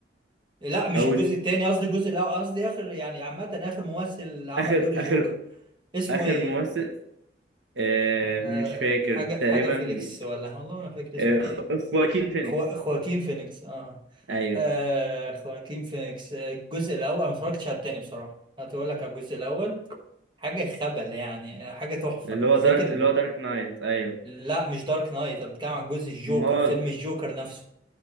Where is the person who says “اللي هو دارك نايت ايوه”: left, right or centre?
Right